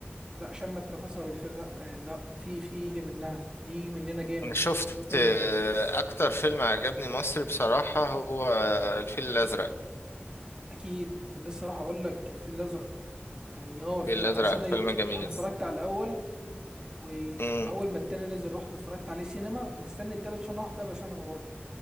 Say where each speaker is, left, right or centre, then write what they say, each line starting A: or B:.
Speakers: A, on the right (about 20°); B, on the left (about 80°).
A: لا شمت نفسها بالفيلم لا آه، لا في في يجي منها يجي مننا جامد
B: انا شفت
A: الفيلم
B: آه،
A: ده
B: اكتر فيلم عجبني مصري بصراحة هو آه، الفيل الازرق
A: اكيد انا لسه راح اقول لك الفيل الازرق يعني اه الفيل
B: الفيل
A: انا
B: الازرق
A: مستني
B: فيلم جميل
A: انا اتفرجت على الاول واول
B: امم
A: ما التاني نزل رحت اتفرجت عليه سينما ومستني التالت عشان اروح اتابع سينما برضه